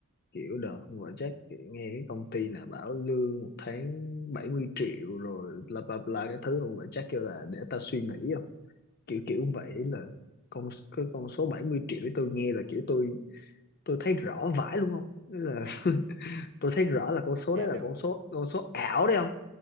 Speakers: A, on the left; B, on the right.
A: kiểu đợt con gọi check kiểu nghe cái công ty nào bảo lương một tháng 70 triệu rồi bla bla bla cái thứ con vợ check kêu là để ta suy nghĩ không kiểu kiểu vậy là con cái con số 70 triệu ấy tôi nghe là kiểu tôi tôi thấy rõ vãi luôn không Ý là <laughs> tôi thấy rõ là con số
B: Cam
A: đấy là
B: đấy
A: con
B: không
A: số con số ảo đấy không